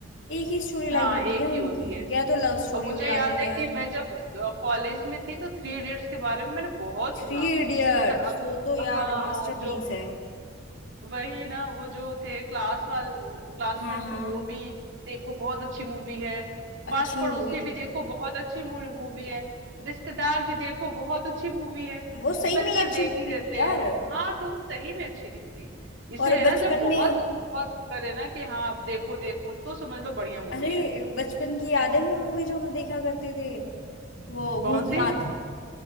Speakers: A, on the left (about 80°); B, on the right (about 65°).
A: एक ही स्टोरी लाइन
B: हाँ
A: होती
B: एक
A: है उनकी
B: ही होती है
A: या तो लव स्टोरी
B: और मुझे
A: हो जाती
B: याद है
A: है
B: कि मैं जब कॉलेज में थी तो थ्री इडियट्स के बारे में मैंने बहुत
A: थ्री
B: सुना
A: इडियट्स
B: जो तो अग-
A: वो तो यार
B: हाँ
A: मास्टरपीस
B: जो
A: है
B: वही ना वो जो थे क्लास वाल क्लासमेट्स
A: हाँ हाँ
B: थे वो भी देखो बहुत अच्छी मूवी है पास
A: अच्छी
B: पड़ोसी
A: मूवी
B: भी
A: थी
B: देखो
A: वो
B: बहुत अच्छी मूवी है रिश्तेदार भी देखो बहुत अच्छी मूवी है तो
A: वो सही
B: मैंने
A: में ही
B: कहा
A: अच्छी
B: देख
A: मूवी
B: ही लेते
A: थी यार
B: हैं हाँ तो सही में अच्छी निकली इसीलिए
A: और बचपन
B: ना जब बहुत
A: में
B: लोग बहुत करे ना कि हाँ आप देखो देखो तो समझ लो बढ़िया मूवी
A: अरे
B: है
A: बचपन की याद है वो मूवी जो हम देखा करते थे वो
B: कौन
A: भूतनाथ
B: सी